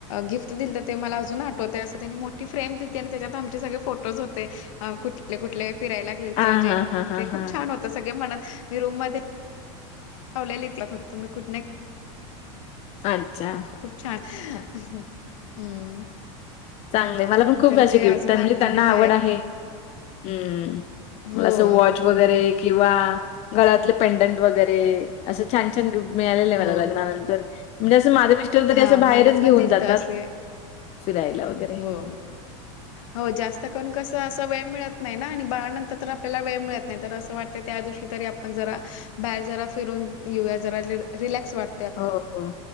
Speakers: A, on the left; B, on the left.
A: गिफ्ट दिलत ते मला अजून आठवतयं असं त्यांनी मोठी फ्रेम दिलती आणि त्याच्यात आमचे सगळे फोटोज होते. आं कुठले कुठले फिरायला गेलतो
B: हां,
A: जे
B: हां, हां, हां,
A: ते खूप
B: हां.
A: छान होत सगळे म्हणत मी रूम म- लावलेली ती <unintelligible> तुम्ही कुठनं-
B: अच्छा!
A: खूप छान <unintelligible> हम्म.
B: चांगलं मला पण खूप
A: तर
B: अशे
A: ते
B: गिफ्ट
A: अजून
B: म्हणजे
A: आठवणीत
B: त्यांना आवड आहे. हम्म
A: हो.
B: मला असं वॉच वगैरे किंवा गळ्यातलं पेंडंट वगैरे असं छान छान मिळालेलं
A: हो.
B: आहे मला लग्नानंतर म्हणजे असं माझ मिस्टर तरी
A: हां,
B: असं बाहेरच
A: मला
B: घेऊन
A: पण दिलत
B: जातात.
A: असे
B: फिरायला वगैरे.
A: हो हो जास्त करून कसं असं वेळ मिळत नाही ना आणि बाळानंतर तर आपल्याला वेळ मिळत नाही तर असं वाटतं त्या दिवशी तरी आपण जरा बाहेर जरा फिरून येऊया जरा रिलॅ- रिलॅक्स वाट
B: हों हों